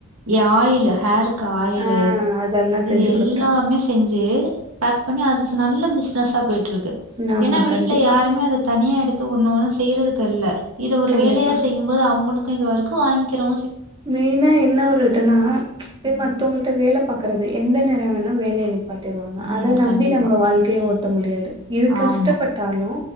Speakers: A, on the right; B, on the right.
A: எ ஆயிலு ஆருக் காயிலு
B: ஆ அதெல்லாம்
A: இது
B: செஞ்சு
A: எல்லாமே
B: குடுக்குறாங்க.
A: செஞ்சு பேக் பண்ணி அ நல்ல பிஸ் னசா போயிட்ருக் கு
B: ஆமா
A: ஏனா வீட்ல
B: கண்டிப்பா,
A: யாருமே அத தனியா எடுத்து ஒண்ணொன்னு செய்யறதுக்கில்ல இத ஒரு
B: கண்டிப்பா.
A: வேலையா செய்யும்போது அவங்களுக்கு இதுவர்க்கு வாங்கிக்கிறோ
B: மெயினா என்ன ஒரு இதுன்னா போய்
A: ம்
B: மத்தவங்கள்ட வேல பா க்கறது எந்த நேர வேனா வேல நிப் பாட்டிருவாங்க
A: ம்
B: அத நம்பி
A: கண்டிப்பா
B: நம்ம வாழ்க்கைய ஓட்ட முடியாது இது கஷ்டப்பட்டாலு
A: ஆமா